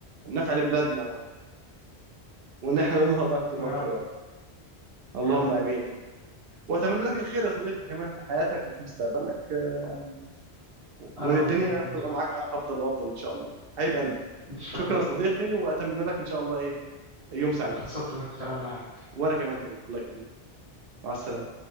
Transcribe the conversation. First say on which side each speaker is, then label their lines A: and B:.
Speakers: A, on the right; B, on the right.
A: النفع لبلادنا و... وإن إحنا ننهض أكتر
B: يا
A: وأكتر
B: رب
A: يا رب اللهم
B: يا رب
A: آمين يعني وأتمنى لك الخير يا صديقي كمان في حياتك وفي مستقبلك آم، وإن
B: انا
A: الدنيا
B: وانت يا محمود
A: تبقى
B: يا
A: معاك
B: رب
A: أفضل وأفضل إن شاء الله حبيب قلبي
B: ان شاء
A: شكرا
B: الله
A: يا صديقي واتمنى لك ان شاء الله ايه يوم سعيد
B: انبسطت من الكلام معاك
A: وانا كمان حبيبي الله يكرمك مع السلامه